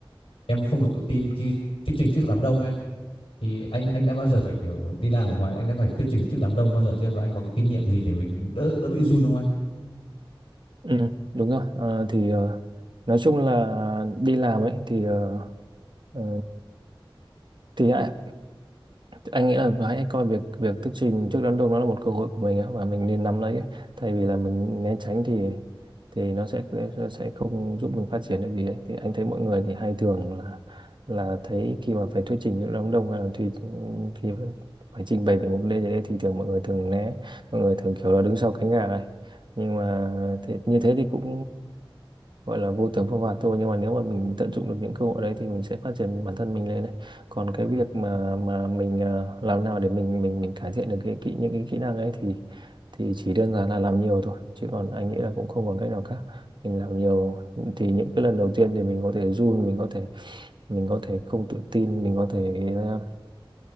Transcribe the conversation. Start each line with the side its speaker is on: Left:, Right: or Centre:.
Left: em không được tự tin khi thuyết trình trước đám đông ấy anh. Thì anh anh đã bao giờ phải kiểu đi làm ở ngoài anh đã phải thuyết trình trước đám đông bao giờ chưa và anh có cái kinh nghiệm gì để mình đỡ đỡ bị run không anh?
Right: ừ, đúng rồi Ờ, thì ờ, nói chung là đi làm ấy thì ờ, ờ, thì ai- anh nghĩ là hãy coi việc việc thuyết trình trước đám đông nó là một cơ hội của mình á, và mình nên nắm lấy ấy. thay vì là mình né tránh thì thì nó sẽ nó sẽ không giúp mình phát triển được gì ấy. thì anh thấy mọi người thì hay thường là là thấy khi mà phải thuyết trình trước đám đông hay là thì khi phải phải trình bày về một vấn đề gì đấy thì thường mọi người thường né mọi người thường kiểu là đứng sau cánh gà ấy nhưng mà thế, như thế thì cũng gọi là vô tướng phong phạt thôi nhưng mà nếu mà mình tận dụng được những cơ hội đấy thì mình sẽ phát triển bản thân mình lên này còn cái việc mà mà mình ờ, làm nào để mình mình mình cải thiện được cái kỹ những cái kỹ năng ấy thì thì chỉ đơn giản là làm nhiều thôi chứ còn anh nghĩ là cũng không còn cách nào khác mình làm nhiều thì những cái lần đầu tiên thì mình có thể run mình có thể mình có thể không tự tin mình có thể ờ,